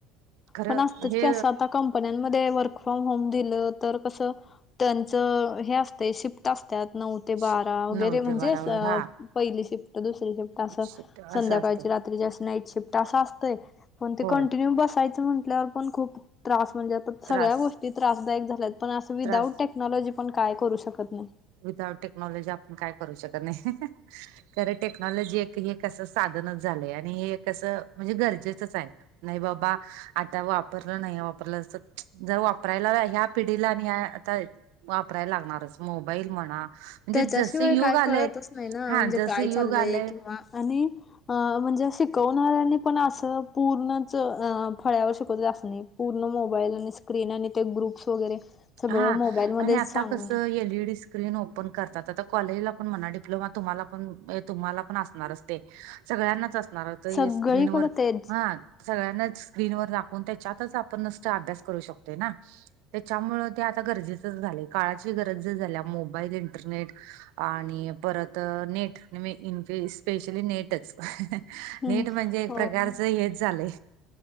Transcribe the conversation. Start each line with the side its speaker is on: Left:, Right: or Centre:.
Right: खरं
Left: पण असतच
Right: हे
Left: की असं आता कंपन्यांमध्ये वर्क फ्रॉम होम दिलं तर कसं त्यांचं हे असतं शिफ्ट असत्यात नऊ ते बारा
Right: श-
Left: वगैरे
Right: नऊ
Left: म्हणजेच
Right: ते बारावर हा
Left: पहिली, शिफ्ट, दुसरी शिफ्ट
Right: शिफ्ट
Left: संध्याकाळ
Right: असं असते
Left: रात्री नाईट शिफ्ट अस असतंय. पण ते
Right: होय
Left: कंटिन्यू बस म्हंटल्यावर पण खूप त्रास म्हणजे सगळ्या
Right: त्रास
Left: गोष्टी त्रासदायक झाले पण असं विदाऊट
Right: त्रास
Left: <unintelligible> टेक्नॉलॉजी पण काय करू शकत नाही.
Right: विदाउट टेक्नॉलॉजी आपण काय करू शकत नाही. खरं टेक्नॉलॉजी एक हेसं साधनच झालंय. आणि हे कस म्हणजे गरजेचंच आहे. नाही बाबा आता वापरलं नाही. वापरलं अस जर वापरायला, ह्या पिढीला आणि ह आता वापरायला लागणारच मोबाईल म्हणा.
Left: त्याच्याशिवाय
Right: जसं युग
Left: काय
Right: आलंय
Left: कळतच नाही. ना
Right: हा
Left: म्हणजे,
Right: जसं
Left: काय
Right: युग
Left: चाललंय,
Right: आलंय
Left: किंवा आणि अ म्हणजे शिकवणाऱ्यांनी पण असं पूर्णच अ फळ्यावर शिकवत अस नाही. पूर्ण मोबाईल आणि स्क्रीन आणि ते ग्रुप्स वगैरे सगळं
Right: हा
Left: मोबाईलमध्येच
Right: आणि आता
Left: सांगून
Right: कसं L E D screen open करतात आता कॉलेजला पण म्हणा डिप्लोमा तुम्हाला पण तुम्हाला पण असणारच ते सगळ्यांनाच असणार होत
Left: सगळीकडे
Right: स्क्रीनवर
Left: तेच
Right: हा सगळ्यांना स्क्रीनवर दाखवून त्याच्यातच आपण न अभ्यास करू शकतो ना त्याच्यामुळे ते आता गरजेचं झालंय काळाची गरज ज झाल्या मोबाईल इंटरनेट आणि परत नेट इ स्पेशली नेटच.
Left: हम्म
Right: नेट म्हणजे एक
Left: हो.
Right: प्रकारचं हेच झालंय.